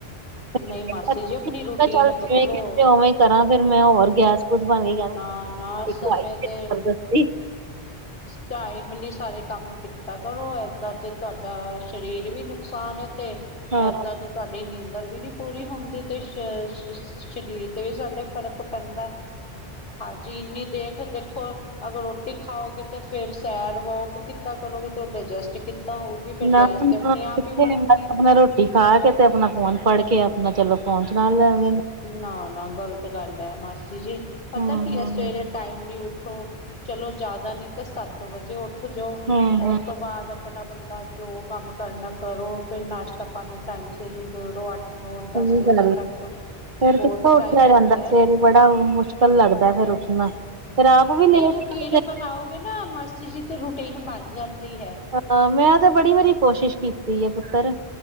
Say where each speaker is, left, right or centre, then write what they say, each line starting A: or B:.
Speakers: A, on the right (about 50°); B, on the left (about 65°).
A: <unintelligible>
B: ਨਹੀਂ ਮਾਸੀ ਜੀ ਆਪਣੀ ਰੂਟੀਨ
A: ਚੱਲ
B: ਬਦਲੋ
A: ਜਿਵੇਂ ਕਹਿੰਦੇ ਉਵੇਂ ਕਰਾਂ ਫਿਰ ਮੈਂ ਹੋਰ ਗੈਸ ਕੁਝ ਬਣ ਕੇ ਕਹਿਣ, ਕਰਾਈ
B: ਨਾ ਨਾ ਸਮੇਂ
A: ਕੋਈ
B: ਦੇ
A: ਜਬਰਦਸਤੀ
B: ਟਾਈਮਲੀ ਸਾਰੇ ਕੰਮ ਕੀਤਾ ਕਰੋ, ਐਦਾਂ ਤੇ ਤੁਹਾਡਾ ਸਰੀਰ ਵੀ ਨੁਕਸਾਨ ਏ ਤੇ,
A: ਹਾਂ,
B: ਐਦਾਂ ਦੇ ਤਾਡੀ ਨੀਂਦਰ ਵੀ ਨੀ ਪੂਰੀ ਹੁੰਦੀ ਤੇ ਸ਼ ਛ ਸਰੀਰ ਤੇ ਵੀ ਸਾਡੇ ਫਰਕ ਪੈਂਦਾ ਹਾਂ, ਚੀਨੀ ਦੇਖ ਦੇਖੋ। ਅਗਰ ਰੋਟੀ ਖਾਓਗੇ, ਤੇ ਫੇਰ ਸੈਰ ਵੋਕ ਕਿੱਦਾਂ ਕਰੋਗੇ ਤੇ ਉਹ ਡਾਇਜੈਸਟ ਕਿੱਦਾਂ ਹੋਊ ਫੇਰ
A: ਨਾ
B: ਗੈਸ
A: ਨਾ
B: ਤੇ ਆਪਣੇ
A: ਕਿੱਥੇ
B: ਆਪ ਹੀ ਬਣੂਗੀ।
A: ਆਪਣਾ ਰੋਟੀ ਖਾ ਕੇ ਤੇ ਆਪਣਾ ਫੋਨ ਫੜ ਕੇ ਆਪਣਾ ਚਲੋ ਫੋਨ ਚਲਾ ਲੈਣ।
B: ਨਾ -ਨਾ ਗਲਤ ਗੱਲ ਐ ਮਾਸੀ ਜੀ, ਪਤਾ
A: ਹੂੰ-ਹੂੰ।
B: ਕੀ ਐ ਸਵੇਰੇ ਟਾਈਮਲੀ ਉੱਠੋ, ਚਲੋ ਜ਼ਿਆਦਾ ਨਹੀ ਤਾਂ ਸੱਤ ਵਜੇ ਉੱਠ ਜੋ,
A: ਹੂੰ-ਹੂੰ
B: ਉਸ ਤੋਂ ਬਾਅਦ ਆਪਣਾ ਬੰਦਾ ਜੋ ਕੰਮ ਕਰਨਾ ਕਰੋ ਫੇਰ ਨਾਸ਼ਤਾ ਪਾਣੀ ਟਾਈਮ ਸਿਰ ਨਿਬੇੜੋ। ਓਠਨਾ ਏ ਦਸ
A: ਸਹੀ
B: ਵਜੇ
A: ਗੱਲ
B: ਤੱਕ।
A: ਫੇਰ
B: ਬਹੁਤ
A: ਕਿੱਥੋਂ ਉੱਠਿਆ
B: ਟਾਈਮ ਹੁੰਦਾ
A: ਜਾਂਦਾ
B: ਹੈ
A: ਸਵੇਰੇ ਬੜਾ ਮੁਸ਼ਕਿਲ ਲੱਗਦਾ ਫੇਰ ਉੱਠਣਾ, ਫੇਰ ਆਪ। ਵੀ ਲੇਟ
B: ਇਹ ਰੂਟੀਨ ਬਣਾਓਗੇ ਨਾ ਮਾਸੀ ਜੀ ਤੇ ਰੂਟੀਨ ਬਣ ਜਾਂਦੀ ਆ।
A: ਹਾ ਮੈਂ ਤਾਂ ਬੜੀ ਵਾਰੀ ਕੋਸ਼ਿਸ਼ ਕੀਤੀ ਆ ਪੁੱਤਰ,